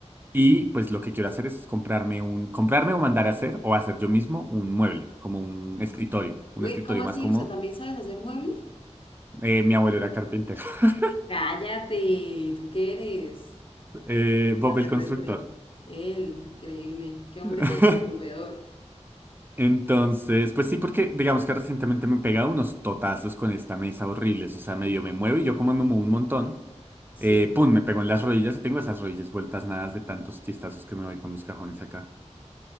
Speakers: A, on the right (about 15°); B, on the left (about 50°).
A: Y pues lo que quiero hacer es comprarme un, comprarme o mandar a hacer o hacer yo mismo un mueble, como un escritorio, un
B: Güey,
A: escritorio
B: ¿cómo así?
A: más cómodo.
B: O sea, ¿también sabes hacer muebles?
A: Eh, mi abuelo era carpintero. <laughs>
B: Cállate, ¿tú qué eres?
A: Eh,
B: Extraterrestre.
A: Bob el constructor.
B: Él, increíble. Qué hombre
A: <laughs>
B: tan resolvedor.
A: Entonces, pues sí, porque digamos que recientemente me he pegado unos totazos con esta mesa horribles, o sea, medio me muevo y yo como me muevo un montón.
B: Sí.
A: Eh, pum, me pegó en las rodillas y tengo esas rodillas vueltas nadas de tantos chistazos que me doy con los cajones acá.